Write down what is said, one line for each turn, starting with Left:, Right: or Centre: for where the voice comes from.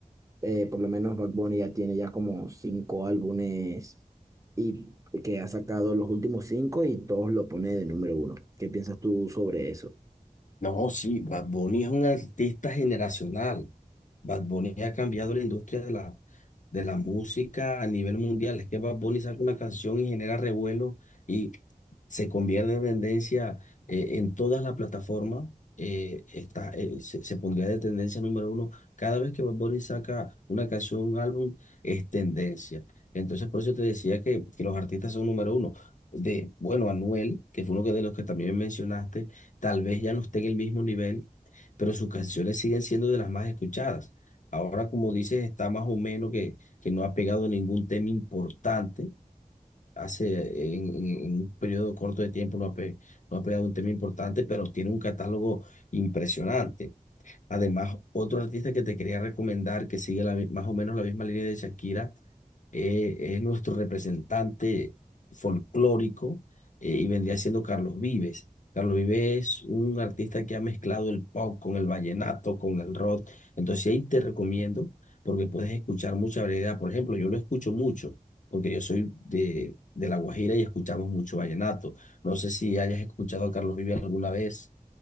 Right: eh, por lo menos Bad Bunny ya tiene ya como cinco álbumes y que ha sacado los últimos cinco y todos lo pone de número uno. ¿Qué piensas tú sobre eso?
Left: No, sí, Bad Bunny es un artista generacional. Bad Bunny ha cambiado la industria de la, de la música a nivel mundial. Es que Bad Bunny saca una canción y genera revuelo y se convierte en tendencia eh, en todas las plataformas. eh, está, eh, se, se pondría de tendencia número uno. Cada vez que Bad Bunny saca una canción, un álbum, es tendencia. Entonces, por eso te decía que, que los artistas son número uno. De, bueno, Anuel, que fue uno que- de los que también mencionaste, tal vez ya no esté en el mismo nivel, pero sus canciones siguen siendo de las más escuchadas. Ahora, como dices, está más o menos que, que no ha pegado ningún tema importante. Hace en, en- en un periodo corto de tiempo no ha, pe- no ha pegado un tema importante, pero tiene un catálogo impresionante. Además, otro artista que te quería recomendar que sigue la mi- más o menos la misma línea de Shakira eh, es nuestro representante folclórico eh, y vendría siendo Carlos Vives. Carlos Vives es un artista que ha mezclado el pop con el vallenato, con el rock. Entonces sí, ahí te recomiendo porque puedes escuchar mucha variedad. Por ejemplo, yo lo escucho mucho porque yo soy de, de La Guajira y escuchamos mucho vallenato. No sé si hayas escuchado a Carlos Vives alguna vez.